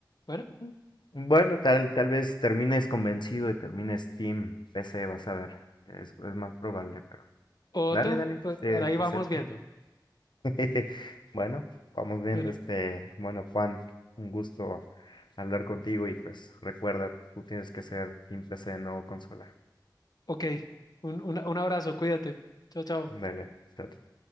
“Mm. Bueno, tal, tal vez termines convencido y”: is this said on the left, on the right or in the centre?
Left